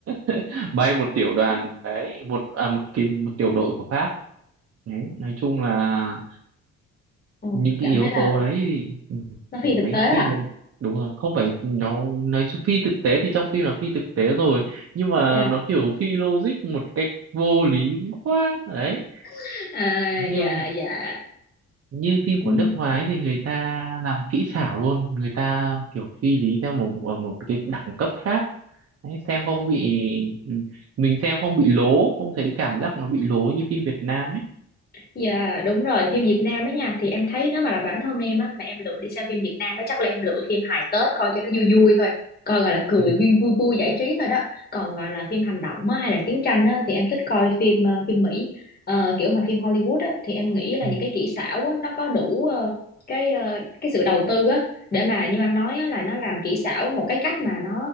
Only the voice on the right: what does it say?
<laughs> bay một tiểu đoàn đấy một à, một cái một tiểu đội của Pháp đấy nói chung là
những cái
yếu
tố đấy thì ừ,
đấy
phim
Việt Nam- đúng rồi không phải nó nói chung phi thực tế thì trong phim là phi thực tế rồi nhưng mà
nó kiểu phi logic một cách vô lý quá đấy
như
như phim của
nước ngoài ấy thì người ta làm kỹ xảo luôn người ta kiểu suy lý theo một ở một cái đẳng cấp khác Đấy, xem không bị ừ, mình xem không bị lố không thấy cảm giác nó bị lố như phim Việt Nam ấy
<laughs>
Ừ,
ừ,